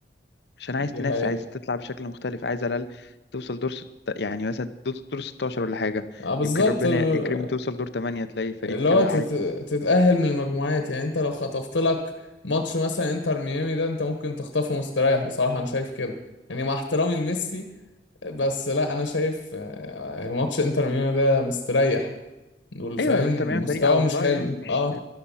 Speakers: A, on the left (about 65°); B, on the left (about 85°).
A: عشان عايز
B: دي
A: تنافس
B: حقيقة
A: عايز تطلع بشكل مختلف عايز على الأقل توصل دور ست يعني مثلا دور دور 16 ولا حاجة
B: اه بالظبط
A: يمكن ربنا
B: ال-
A: يكرمه توصل دور 8 تلاقي فريق
B: اللي
A: كده
B: هو تت...
A: عادي
B: تتأهل من المجموعات يعني انت لو خطفت لك ماتش مثلا انتر ميامي ده انت ممكن تخطفه مستريح بصراحة انا شايف كده يعني مع احترامي لميسي بس لا انا شايف آه، ماتش انتر ميامي ده مستريح دول فاهم
A: أيوة انتر ميامي
B: مستوى
A: فريق على
B: مش
A: الله
B: حلو
A: يعني مش
B: اه